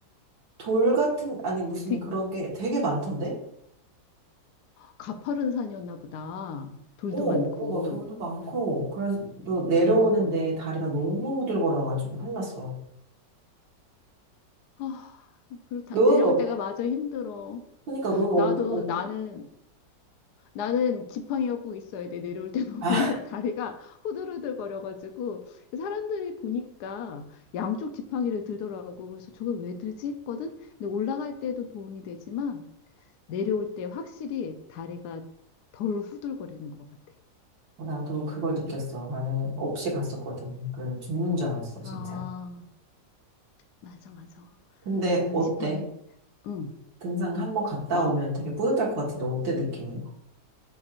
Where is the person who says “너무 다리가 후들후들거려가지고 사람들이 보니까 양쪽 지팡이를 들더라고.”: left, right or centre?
Left